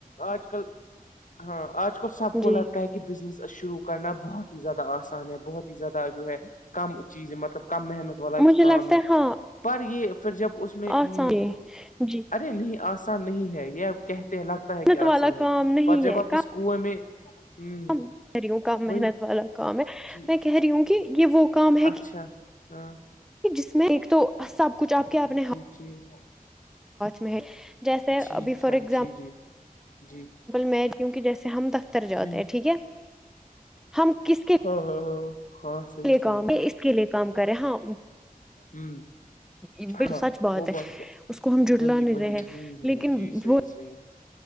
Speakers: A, on the left; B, in the centre.
A: آج کل ہاں آج کل سب کو
B: جی
A: لگتا ہے کہ کہ بزنس شروع کرنا بہت ہی زیادہ آسان ہے بہت ہی زیادہ جو ہے کم چیزیں مطلب کم محنت والا
B: مجھے
A: کام
B: لگتا
A: ہے
B: ہاں
A: پر یہ پھر جب اس میں ہ
B: آسان جی
A: ارے نہیں آسان نہیں ہے یہ کہتے الگ
B: محنت
A: ہے کہ آسان
B: والا کام
A: ہے
B: نہیں
A: پر جب
B: ہے
A: آپ اس کنویں میں ہ
B: کہہ رہی ہوں کام محنت
A: وہی
B: والا کام ہے
A: جی
B: میں کہہ رہی ہوں کہ یہ وہ کام ہے
A: اچھا
B: کہ
A: ہاں
B: جس میں ایک تو سب کچھ آپ کے آپ نے
A: جی
B: میں جیسے
A: ٹھیک
B: ابھی فار
A: ٹھاک
B: ایگزامپل
A: جی جی جی
B: میں ج کہ جیسے ہم دفتر جاتے
A: جی
B: ہیں ٹھیک ہے ہم کس کے
A: ا ہ ہاں صحیح
B: لیے
A: صحیح
B: کام اس کے لیے کام کرے ہاں
A: ہوں
B: بالکل
A: ہاں
B: سچ
A: وہ
B: ہے
A: بات تو
B: اس کو ہم جٹلا
A: وہی
B: نہیں
A: وہی
B: رہے ہیں،
A: ہوں ہ
B: لیکن
A: جی صحی
B: وہ
A: صحی